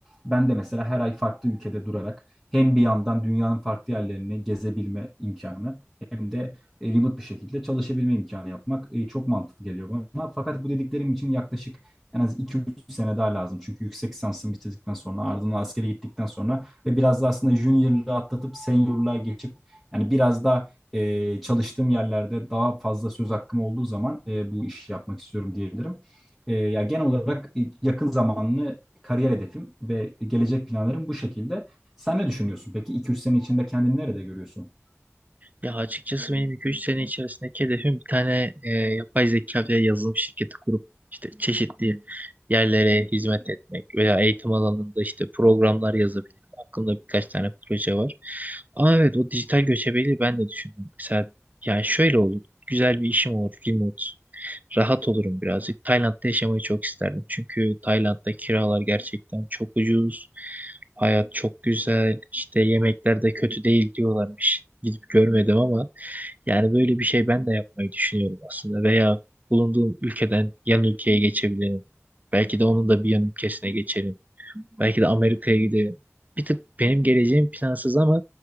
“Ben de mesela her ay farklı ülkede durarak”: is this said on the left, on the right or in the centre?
Centre